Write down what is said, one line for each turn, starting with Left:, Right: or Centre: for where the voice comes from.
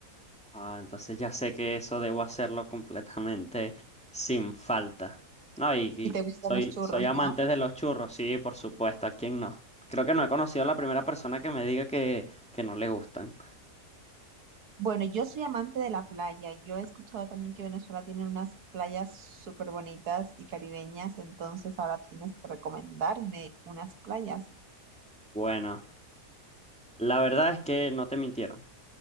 Centre: Ah, entonces ya sé que eso debo hacerlo completamente sin falta. No, y, y
Right: Y te gustan
Centre: soy,
Right: los churros,
Centre: soy amante
Right: ¿no?
Centre: de los churros, sí, por supuesto, ¿a quién no? Creo que no he conocido a la primera persona que me diga que, que no le gustan.
Right: Bueno, yo soy amante de la playa. y Yo he escuchado también que Venezuela tiene unas playas súper bonitas y caribeñas, entonces ahora tienes que recomendarme unas playas.
Centre: Bueno, la verdad es que no te mintieron.